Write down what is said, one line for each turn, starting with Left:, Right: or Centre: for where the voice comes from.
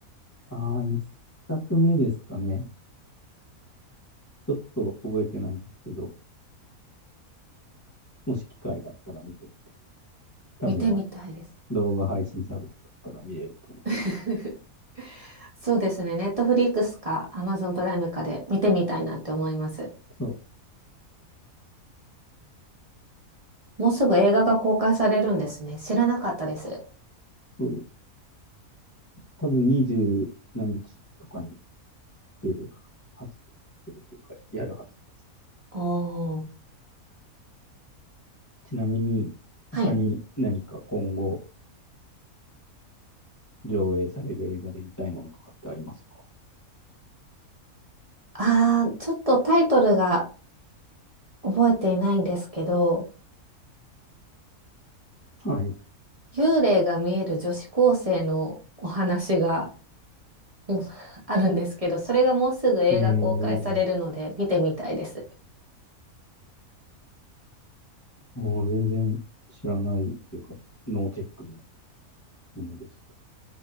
Left: た。ああ、一作目ですかね。ちょっと覚えてないですけど、もし機会があったら見てみて。多分、
Right: 見てみたいです。
Left: 動画配信サービスだったら見れると思
Right: <laughs> そうですね。ネットフリックスかアマゾンプライムかで見てみたいなって思います。
Left: う。そう、
Right: もうすぐ映画が公開されるんですね。知らなかったです。
Left: そう、多分20何日とかに出るはず、出るというか、やるはずです。
Right: おー。
Left: ちなみに、他に何か今後
Right: はい。
Left: 上映される映画で見たいものとかってありますか
Right: あー、ちょっとタイトルが覚えていないんですけど、
Left: はい。
Right: 幽霊が見える女子高生のお話が、うんあるんですけど、それがもうすぐ映画公開されるので見てみたいです。
Left: えー、もう全然知らないというか、ノーチェックのものでした。